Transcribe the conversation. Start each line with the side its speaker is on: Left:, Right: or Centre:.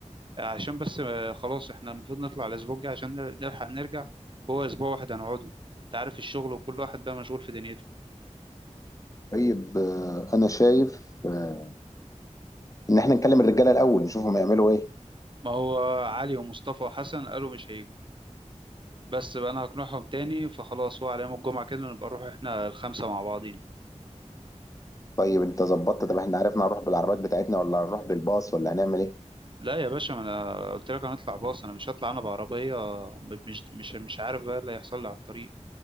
Right: عشان بس آه، خلاص احنا المفروض نطلع الاسبوع الجاي عشان نلحق نرجع هو اسبوع واحد هنقعده انت عارف الشغل وكل واحد بقى مشغول في دنيته
Left: طيب آه، انا شايف آه، ان احنا نكلم الرجاله الاول نشوفهم يعملوا ايه
Right: ما هو علي ومصطفى وحسن قالوا مش هيجوا بس بقى انا هقنعهم تاني فخلاص هو على يوم الجمعة كده نبقى نروح احنا الخمسة مع بعضين
Left: طيب انت ظبطت طب احنا عرفنا هنروح بالعربيات بتاعتنا ولا هنروح بالباص ولا هنعمل ايه
Right: لا يا باشا ما انا قلت لك هنطلع باص انا مش هطلع انا بعربية مش مش مش عارف بقى إيه اللي هيحصل لي على الطريق